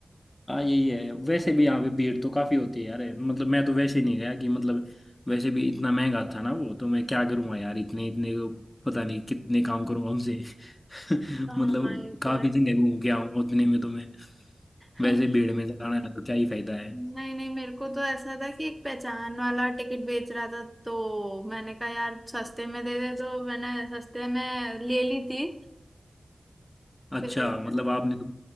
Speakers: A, on the left (about 25°); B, in the centre.
A: हाँ यही है वैसे भी यहाँ पे भीड़ तो काफी होती है यार मतलब मैं तो वैसे ही नहीं गया कि मतलब वैसे भी इतना महंगा था ना वो तो मैं क्या करूंगा यार इतने इतने को पता नहीं कितने काम करूंगा उनसे <laughs> मतलब
B: हाँ ये
A: काफी
B: तो है
A: जगह घूम के आऊंगा उतने में तो मैं
B: <laughs>
A: वैसे भीड़ में जाना है तो क्या ही फायदा है
B: नहीं नहीं मेरे को तो ऐसा था कि एक पहचान वाला टिकट बेच रहा था तो मैंने कहा यार सस्ते में दे दे तो मैंने सस्ते में ले ली थी
A: अच्छा
B: फिर
A: मतलब आपने तो